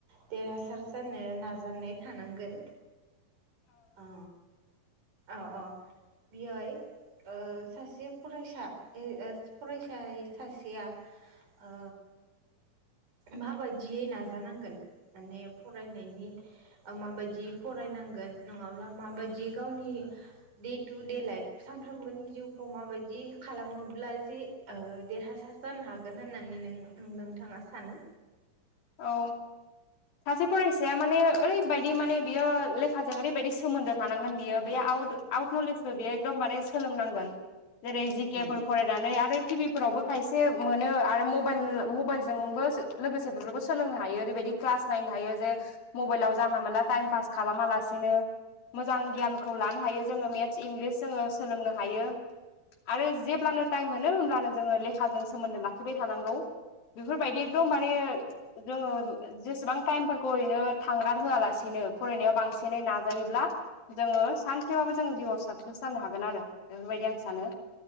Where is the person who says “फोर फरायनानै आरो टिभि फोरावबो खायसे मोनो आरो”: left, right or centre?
Left